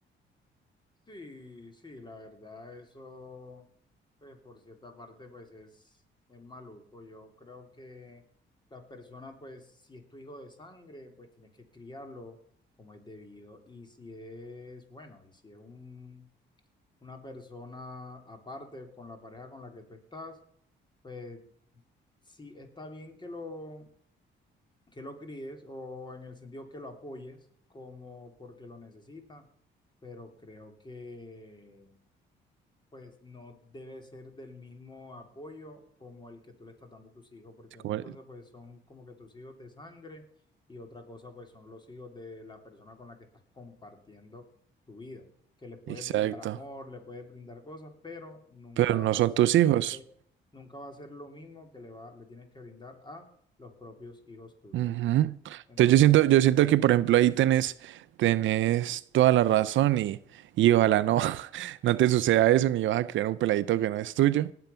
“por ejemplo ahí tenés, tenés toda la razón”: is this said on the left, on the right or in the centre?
Right